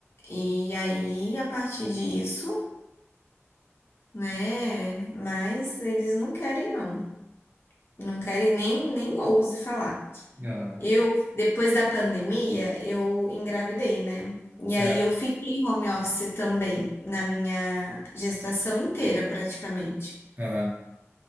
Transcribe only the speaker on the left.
E aí, a partir disso, né? Mas eles não querem, não. Não quero e nem, nem ouse falar.
Eu, depois da pandemia, eu engravidei, né? E
aí eu fiquei em home office também, na minha gestação inteira, praticamente.